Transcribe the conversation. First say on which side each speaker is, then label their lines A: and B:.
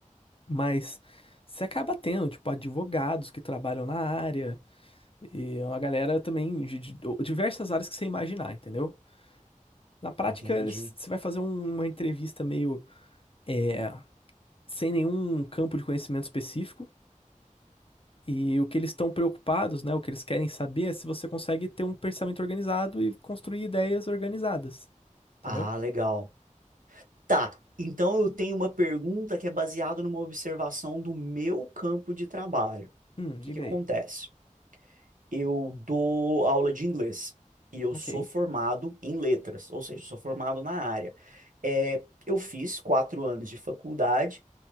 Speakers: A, on the left; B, on the right.
A: Mas você acaba tendo, tipo, advogados que trabalham na área e uma galera também de, de diversas áreas que você imaginar, entendeu? Na prática,
B: Entendi.
A: eles, você vai fazer um- uma entrevista meio é, sem nenhum campo de conhecimento específico e o que eles estão preocupados, né, o que eles querem saber é se você consegue ter um pensamento organizado e construir ideias organizadas, entendeu?
B: Ah, legal. Tá. Então eu tenho uma pergunta que é baseada numa observação do meu campo de trabalho. O
A: Hum,
B: que
A: diga
B: que acontece?
A: aí.
B: Eu dou aula de inglês e eu
A: Ok,
B: sou formado em letras, ou seja, sou formado na área. É, eu fiz quatro anos de faculdade